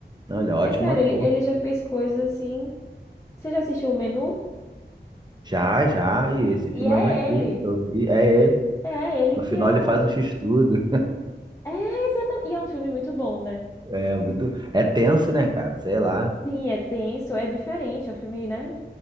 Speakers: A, on the right; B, on the left.
A: Não, ele é ótimo
B: É sério,
A: ator.
B: ele, ele já fez coisas assim. Você já assistiu o Menu?
A: Já, já, e esse
B: E
A: filme
B: é
A: é uma crítica,
B: ele.
A: eu vi, é ele.
B: É, ele
A: No
B: que
A: final
B: é
A: ele
B: o.
A: faz um x-tudo.
B: É, exatamente. E é um filme muito bom, né?
A: É muito, é tenso, né, cara? Sei lá.
B: Sim, é tenso, é diferente, é um filme, né?